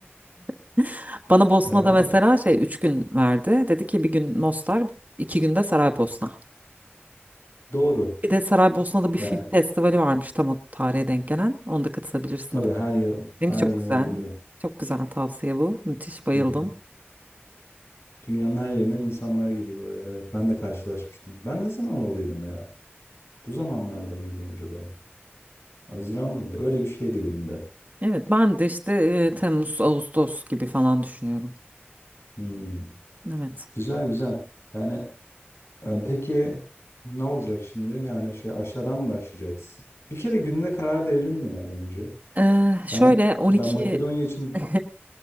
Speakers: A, on the right; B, on the left.
A: <laughs> Bana Bosna'da
B: Ee,
A: mesela şey 3 gün verdi. Dedi ki bir gün Mostar, iki günde Saraybosna.
B: doğru.
A: Bir de Saraybosna'da bir
B: Yani
A: film festivali varmış tam o tarihe denk gelen. Onda katılabilirsin
B: tabii her yıl
A: Link
B: her
A: çok
B: yıl
A: güzel.
B: oluyor.
A: Çok güzel tavsiye bu. Müthiş bayıldım.
B: Hı hı. Dünyanın her yerinden insanlar geliyor oraya. Evet, ben de karşılaşmıştım. Ben ne zaman oradaydım ya? Bu zamanlarda mıydım acaba? Haziran mıydı? Öyle bir şeydi benim de.
A: Evet ben de işte e, Temmuz, Ağustos gibi falan düşünüyorum.
B: Hmm.
A: Evet.
B: Güzel güzel. Yani e, peki ne olacak şimdi? Yani şey aşağıdan mı başlayacaksın? Bir kere gününe karar verelim ya bence.
A: Ee, şöyle
B: Ben
A: 12
B: ben Makedonya için
A: <laughs>